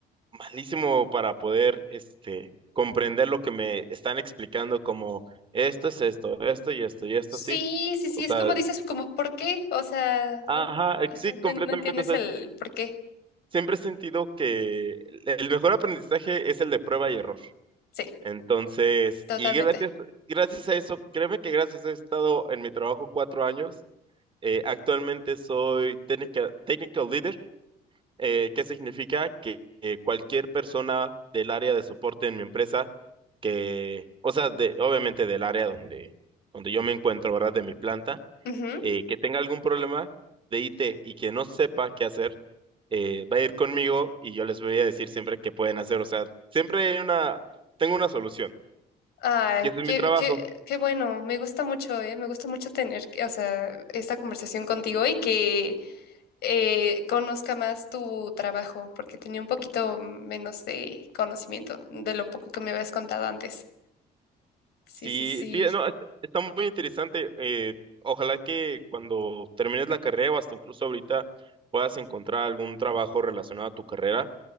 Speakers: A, on the right; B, on the left.
A: malísimo para poder, este, comprender lo que me están explicando como esto es esto, esto y esto y esto
B: Sí,
A: así.
B: sí, sí,
A: O
B: es
A: sea,
B: como dices, como ¿por qué? O sea,
A: ajá,
B: ¿no?
A: ex-
B: Ajá,
A: sí,
B: no,
A: completamente.
B: no entiendes el por qué.
A: siempre he sentido que el mejor aprendizaje es el de prueba y error.
B: Sí,
A: Entonces,
B: totalmente.
A: y gracias, gracias a eso, créeme que gracias a eso he estado en mi trabajo cuatro años. Eh, actualmente soy técnica, technical leader, eh, que significa que eh, cualquier persona del área de soporte en mi empresa, que, o sea, de, obviamente del área donde, donde yo me encuentro, ¿verdad? De mi planta
B: Ujú.
A: eh, que tenga algún problema de IT y que no sepa qué hacer, eh, va a ir conmigo y yo les voy a decir siempre qué pueden hacer. O sea, siempre hay una, tengo una solución
B: Ay,
A: y ese
B: qué,
A: es mi trabajo.
B: qué, qué bueno, me gusta mucho, eh, me gusta mucho tener, o sea, esta conversación contigo y que eh, conozca más tu trabajo, porque tenía un poquito menos de conocimiento de lo poco que me habías contado antes. Sí,
A: Sí,
B: sí, sí.
A: sí, no, es- está muy interesante. eh, ojalá que cuando termines la carrera o hasta incluso ahorita puedas encontrar algún trabajo relacionado a tu carrera,